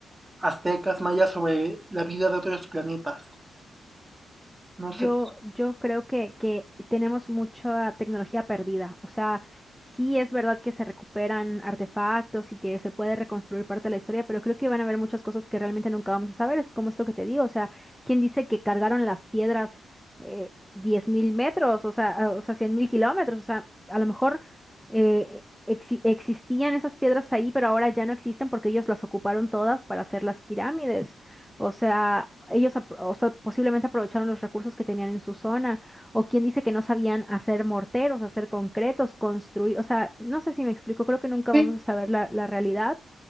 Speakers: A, on the right; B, in the centre.
A: aztecas, mayas sobre la vida de otros planetas. No
B: Yo,
A: sé,
B: yo creo que, que tenemos mucha tecnología perdida. O sea, sí es verdad que se recuperan artefactos y que se puede reconstruir parte de la historia, pero creo que van a haber muchas cosas que realmente nunca vamos a saber. Es como esto que te digo. O sea, ¿quién dice que cargaron las piedras eh, 10.000 metros? O sea, ah, o sea, 100.000 kilómetros. O sea, a lo mejor eh, exi- existían esas piedras ahí, pero ahora ya no existen porque ellos las ocuparon todas para hacer las pirámides. O sea, ellos apro- o sea, posiblemente aprovecharon los recursos que tenían en su zona. O quien dice que no sabían hacer morteros, hacer concretos, construir. O sea, no sé si me explico, creo que nunca
A: sí,
B: vamos a saber la, la realidad.